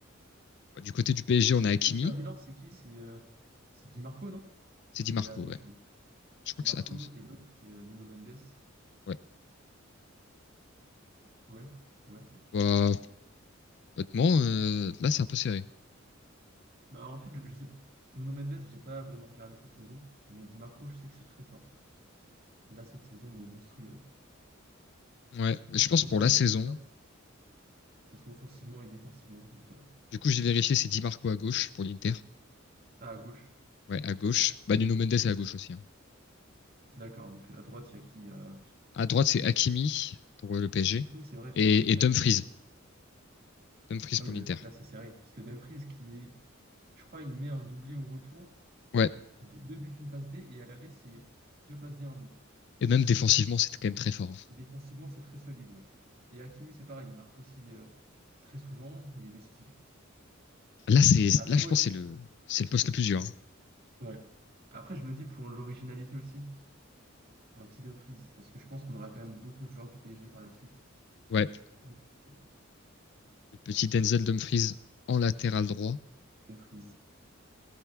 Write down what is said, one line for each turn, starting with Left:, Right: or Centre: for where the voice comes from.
Left: euh, Du côté du PSG, on a Hakimi.
Right: L'Inter Milan, c'est qui? C'est euh, c'est Di Marco, non?
Left: C'est Di
Right: Ou
Left: Marco,
Right: il est à gauche,
Left: ouais.
Right: lui.
Left: Je
Right: Di
Left: crois que
Right: Marco,
Left: c'est. Attends.
Right: et l'autre, c'est euh, Nuno Mendes.
Left: Ouais.
Right: Ouais, ouais.
Left: Bah, honnêtement, euh, là, c'est un peu serré.
Right: Bah, en fait, je, je sais pas. Nuno Mendes, j'ai pas vraiment regardé cette saison, mais Di Marco, je sais que c'est très fort. Là, cette saison, il est monstrueux.
Left: Ouais. Mais
Right: Il
Left: Je
Right: fait
Left: pense pour
Right: énormément
Left: la saison.
Right: de bien, que ce soit offensivement et défensivement. Donc, euh,
Left: Du coup, j'ai vérifié, c'est Di Marco à gauche pour l'Inter.
Right: ah, à gauche.
Left: Ouais, à gauche. Bah, Nuno Mendes est à gauche aussi. hein.
Right: D'accord, donc euh, à droite, il y a qui euh,
Left: À droite, c'est Hakimi pour euh, le PSG.
Right: Ah oui, c'est vrai, purée.
Left: Et, et
Right: À
Left: Dumfries.
Right: qui...
Left: Dumfries
Right: Ah
Left: pour
Right: oui, le-
Left: l'Inter.
Right: là, c'est serré. Parce que Dumfries, qui, est, je crois, il met un doublé au retour,
Left: Ouais.
Right: deux, deux buts, une passe D, et à l'aller, c'est deux passes D, un but.
Left: Et même défensivement, c'était quand même très fort. hein.
Right: Et défensivement, c'est très solide, ouais. Et Hakimi, c'est pareil, il marque aussi euh, très souvent, il est décisif.
Left: Là, c'est,
Right: Après,
Left: là, je
Right: moi,
Left: pense que c'est le, c'est le poste le plus dur. hein.
Right: je... ouais. Après, je me dis pour l'originalité aussi, un petit Dumfries, parce que je pense qu'on aura quand même beaucoup de joueurs du PSG par la suite.
Left: Ouais.
Right: Donc, euh,
Left: le petit Denzel Dumfries en latéral droit.
Right: Dumfries.